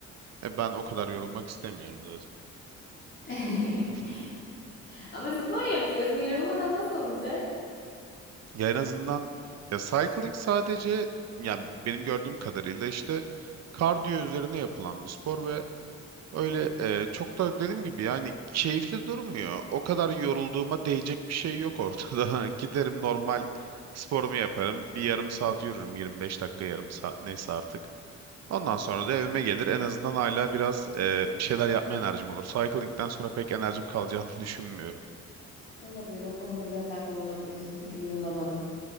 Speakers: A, on the right; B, on the left.
A: E, ben o kadar yorulmak istemiyorum zaten.
B: <laughs>
A: <laughs>
B: Ama spor yapıyorsun. Yorulmadan nasıl olacak?
A: Ya en azından ya cycling sadece ya benim gördüğüm kadarıyla işte kardiyo üzerine yapılan bir spor ve Öyle e, çok da dediğim gibi yani keyifli durmuyor. O kadar yorulduğuma değecek bir şey yok ortada. <laughs> Giderim normal sporumu yaparım. Bir yarım saat yürürüm. 25 dakika yarım saat neyse artık. Ondan sonra da evime gelir. En azından hala biraz e, bir şeyler yapma enerjim olur. Cycling'den sonra pek enerjim kalacağını <laughs> düşünmüyorum.
B: Olabilir. O konuda biraz haklı olabilirsin. Emin olamadım.